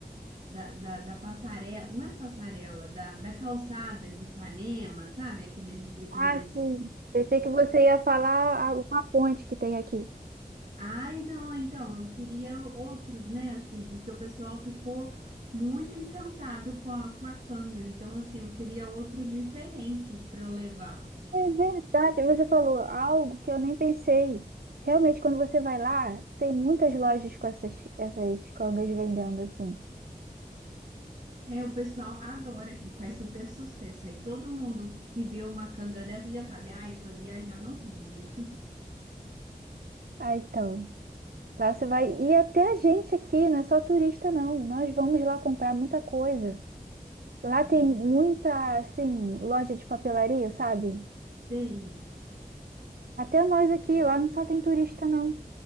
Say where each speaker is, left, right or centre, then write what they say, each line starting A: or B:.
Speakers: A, on the right (about 55°); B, on the right (about 80°).
A: da, da, da passarela, não é passarela, da, da calçada de Ipanema, sabe? Aqueles, aqueles
B: Ah, sim. Pensei que você ia falar a- uma ponte que tem aqui.
A: Ai, não, então, eu queria outros, né, assim, porque o pessoal ficou muito encantado com a, com a canga, então, assim, eu queria outros diferentes para eu levar.
B: É verdade, você falou algo que eu nem pensei. Realmente, quando você vai lá, tem muitas lojas com essas, essas cangas vendendo assim.
A: É, o pessoal adora que faz super sucesso, aí todo mundo que vê uma canga dessa já sabe, ai, foi viajar no Rio.
B: Ah, então. Lá você vai. E até a gente aqui, não é só turista, não. Nós vamos lá comprar muita coisa. Lá
A: Ah,
B: tem muita, assim, loja de papelaria, sabe?
A: Tem.
B: Até nós aqui, lá não só tem turista, não.